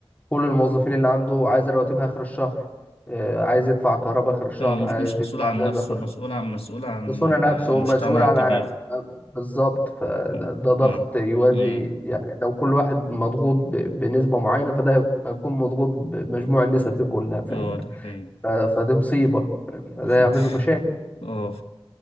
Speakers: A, on the left; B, on the left.
A: كل الموظفين اللي عنده عايز رواتبها آخر الشهر آه، عايز يدفع كهرباء آخر الشهر
B: هو مش
A: عايز
B: مش
A: يدفع
B: مسؤول عن
A: جاز
B: نفسه
A: آخر الشهر
B: مسؤول عن مسؤول عن
A: بس هو نفسه
B: آه، مجتمع
A: مسؤول على
B: كبير
A: بالظبط فده
B: امم
A: ده ضغط
B: امم
A: يوازي
B: امم
A: يعني لو كل واحد مضغوط ب- بنسبة معينة فده هيك- هيكون مضغوط بمجموع النسب دي كلها فاهم
B: اه ده حقيقي
A: ف- فدي مصيبة فده
B: <laughs>
A: يعمل له مشاكل
B: اه